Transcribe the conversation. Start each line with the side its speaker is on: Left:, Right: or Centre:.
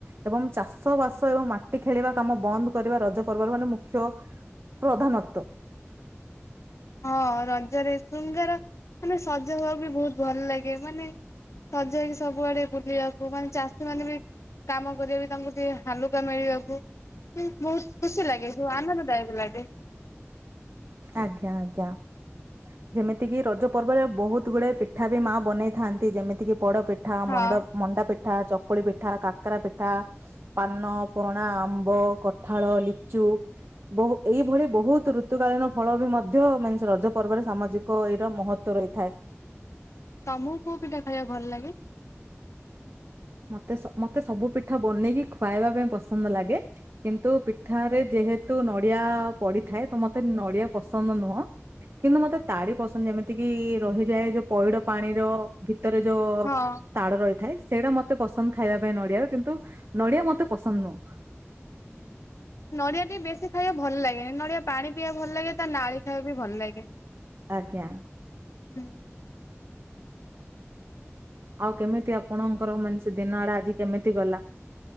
Right: ଏବଂ ଚାଷ ବାସ ଏବଂ ମାଟି ଖେଳିବା କାମ ବନ୍ଦ। କରିବା ରଜ ପର୍ବର ମାନେ ମୁଖ୍ୟ ପ୍ରଧାନତ୍ବ।
Left: ହଁ ରଜରେ ଶୃଙ୍ଗାର ମାନେ ସଜା ହବା ବି ବହୁତ ଭଲ ଲାଗେ ମାନେ ସଜେଇକି ସବୁଆଡ଼େ ବୁଲିବାକୁ ମାନେ ଚାଷୀ ମାନେ ବି କାମ କରିବା ବି ତାଙ୍କୁ ଟିକେ ହାଲୁକା ମିଳିବାକୁ ବହୁତ ଖୁସି ଲାଗେ ସବୁ ଆନନ୍ଦଦାୟକ ଲାଗେ।
Right: ଆଜ୍ଞା ଆଜ୍ଞା। ଯେମିତିକି ରଜ ପର୍ବରେ ବହୁତ ଗୁଡାଏ ପିଠା ବି ମା ବନେଇଥାନ୍ତି ଯେମିତିକି ପୋଡ଼ ପିଠା
Left: ହଁ।
Right: ମଣ୍ଡ ମଣ୍ଡା ପି ଠା ଚକୁଳି ପିଠା, କାକରା ପିଠା, ପାନ, ପଣା, ଆମ୍ବ, କଠାଳ, ଲିଚୁ ବହୁ ବହୁ ଏଇଭଳି ବହୁତ ଋତୁକାଳୀନ ଫଳ ବି ମଧ୍ୟ ମାନେ ରଜ ପର୍ବରେ ସାମାଜିକ ଏଇଟ ମହତ୍ୱ ରହିଥାଏ।
Left: ତମ କୁ କଉ ପିଠା ଖାଇବାକୁ ଭଲ ଲାଗେ?
Right: ମତେ ସ ମତେ ସବୁ ପିଠା ବନେଇକି ଖ୍ୱାଇବା ପାଇଁ ପସନ୍ଦ ଲାଗେ କିନ୍ତୁ ପିଠାରେ ଯେହେ ତୁ ନଡିଆ ପଡିଥାଏ ତ ମତେ ନଡିଆ ପସନ୍ଦ ନୁହଁ କିନ୍ତୁ ମତେ ତାଡି ପସନ୍ଦ ଯେମିତି କିି ରହିଯାଏ ଯୋଉ ପଇଡ ପାଣିର ଭି ଭିତରେ ଯୋଉ
Left: ହଁ
Right: ତାଡ ରହିଥାଏ ସେଇଟା ମତେ ପସନ୍ଦ ଖାଇବା ପାଇଁ ନଡିଆ ର କିନ୍ତୁ ନଡିଆ ମ ତ ପସନ୍ଦ ନୁହ।
Left: ନଡିଆ ଟିକେ ବେଶୀ ଖାଇବା ଭଲ ଲାଗେନି ନଡ଼ିଆ ପାଣି ପିଇବାକୁ ଭଲ ଲାଗେ ତା ନାଳି ଟାବି ଭଲ ଲାଗେ।
Right: ଆଜ୍ଞା।
Left: ହୁଁ।
Right: ଆଉ କେମିତି ଆପଣଙ୍କର ମାନେ ସେ ଦିନ ଆଜି କେମିତି ଗଲା?